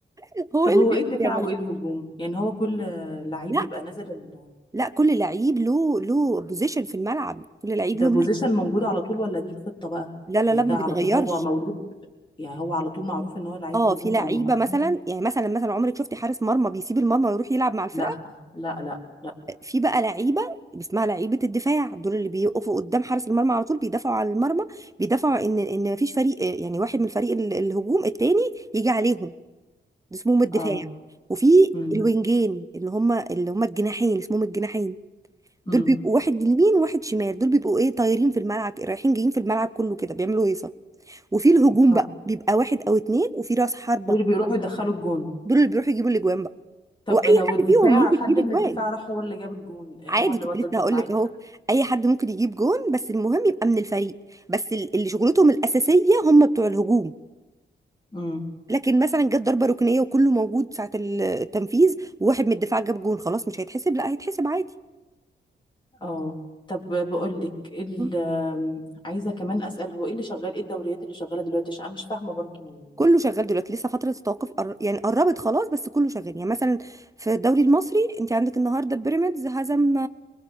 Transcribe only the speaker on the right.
<laughs> هو
ايه اللي
بيحصل
يا مريم
لا
لا كل لعيب له له بوزيشن في الملعب كل لعيب
له مركز
لا لا
لا ما
بيتغيرش
اه
في لعيبه
مثلا يعني مثلا مثلا عمرك شفتي حارس مرمى بيسيب المرمى ويروح يلعب مع الفرقه
في بقى لعيبه اسمها لعيبه الدفاع دول اللي بيقفوا قدام حارس المرمى على طول بيدافعوا على المرمى بيدافعوا ان ان مفيش فريق يعني واحد من فريق ال- الهجوم التاني يجي عليهم ده اسمهم الدفاع
وفي
الوينجين اللي هم اللي هم الجناحين اسمهم الجناحين دول
بيبقوا واحد يمين وواحد شمال دول بيبقوا ايه طايرين في الملعب رايحين جايين في الملعب كله كده بيعملوا هيصه وفي الهجوم
بقى بيبقى واحد او اتنين وفي راس حربه
دول اللي بيروحوا يجيبوا الاجوان بقى
واي
حد
فيهم ممكن
يجيب اجوان
عادي
كنت
لسه
هقول
لك اهو اي حد ممكن يجيب جون بس المهم يبقى من الفريق بس ال- اللي شغلتهم الاساسيه هم بتوع الهجوم
لكن مثلا جت ضربه ركنيه وكله موجود ساعه ال- التنفيذ وواحد من الدفاع جاب جون خلاص مش هيتحسب لا هيتحسب عادي
م.
كله شغال دلوقتي لسه فتره التوقف قر... يعني قربت خلاص بس كله شغال يعني مثلا في الدوري المصري انت عندك النهارده بيراميدز هزم